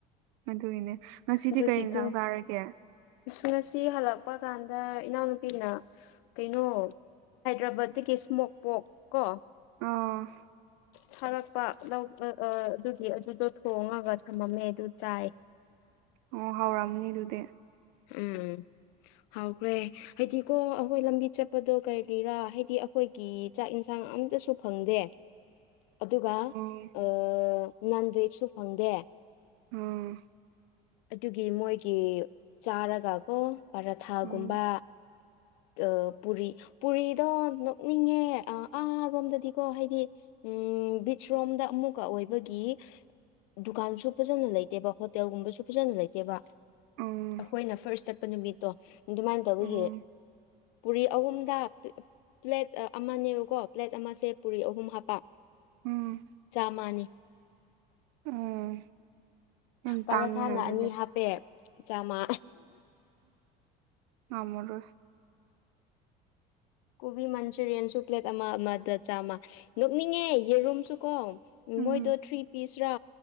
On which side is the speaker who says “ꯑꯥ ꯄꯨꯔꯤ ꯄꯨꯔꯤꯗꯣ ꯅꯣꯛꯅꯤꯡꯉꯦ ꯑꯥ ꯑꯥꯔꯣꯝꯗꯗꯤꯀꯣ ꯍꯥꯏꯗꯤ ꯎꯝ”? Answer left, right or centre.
Left